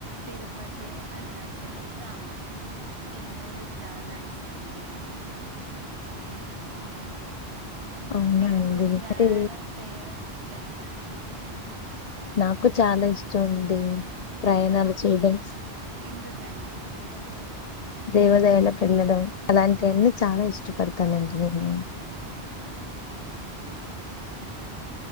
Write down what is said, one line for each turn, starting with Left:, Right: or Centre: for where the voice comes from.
Right: తిరుపతి అర్ అరుణాచలం రామేశ్వరం ఈ మూడు చాలా ఇష్టం అండి నాకు
Left: అవునా
Right: మీకు
Left: అండి అంటే
Right: ప్రయాణం చేయడం ఇష్టమా అండి
Left: నాకు చాలా ఇష్టం అండి ప్రయాణాలు చేయడం
Right: ఎందుకండీ
Left: దేవాదాయాలకి వెళ్ళడం అలాంటి అన్ని చాలా ఇష్టపడతానండి నేను